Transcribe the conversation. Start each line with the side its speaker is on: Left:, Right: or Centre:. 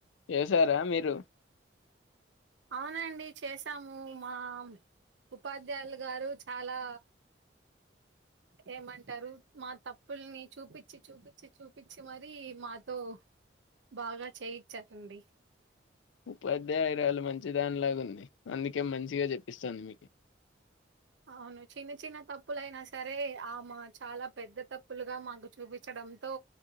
Left: చేసారా మీరు
Right: అవునండి చేసాము మా ఉపాధ్యాయులు గారు చాలా ఏమంటారు మా తప్పుల్ని చూపిచి చూపిచి చూపిచి మరి మాతో బాగా చేయిచ్చరండి
Left: ఉపాధ్యాయురాలు మంచిదానిలాగా ఉంది అందుకే మంచిగా చెప్పిస్తాంది మీకి
Right: అవును చిన్న చిన్న తప్పులయినా సరే ఆమా చాలా పెద్ద తప్పులుగా మాకు చూపి చూపిచ్చడంతో